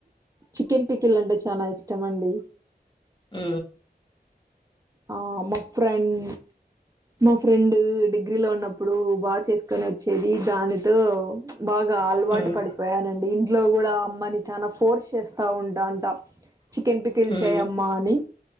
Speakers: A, on the right; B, on the left.
A: చికెన్ పికిల్ అంటే చాలా ఇష్టం అండి
B: అ
A: ఆ మా ఫ్రెండ్ మా ఫ్రెండ్ డిగ్రీ లో ఉన్నప్పుడు బాగా చేసుకొని వచ్చేది దానితో బాగా అలవాటు
B: హ్మ్
A: పడిపోయానండి ఇంట్లో కూడా అమ్మని చా ఫోర్స్ చేస్తా ఉంటా అంట చికెన్ పికిల్చాయ
B: హ్మ్
A: అమ్మా అని